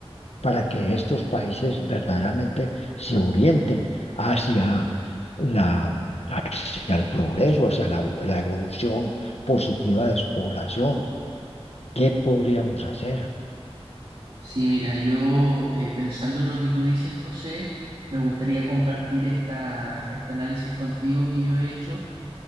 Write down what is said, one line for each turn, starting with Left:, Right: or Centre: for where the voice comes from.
Left: para que estos países verdaderamente se orienten hacia la, hacia el progreso, hacia la, la evolución positiva de su población. ¿Qué podríamos hacer?
Right: Sí, mira, yo eh, pensando en lo que tú dices, José, me gustaría compartir esta, este análisis contigo que yo he hecho.